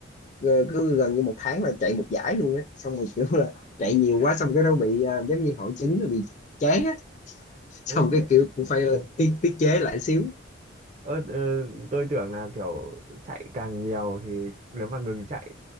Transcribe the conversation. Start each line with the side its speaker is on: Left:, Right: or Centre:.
Left: ờ, cứ gần như một tháng là chạy một giải luôn á xong rồi kiểu là chạy nhiều quá xong cái nó bị à, giống như hội chứng nó bị chán á xong
Right: ui
Left: cái
Right: thế
Left: kiểu cũng phải ờ, tiết tiết chế lại xíu
Right: ơ ờ, tôi tưởng là kiểu chạy càng nhiều thì nếu mà ngừng chạy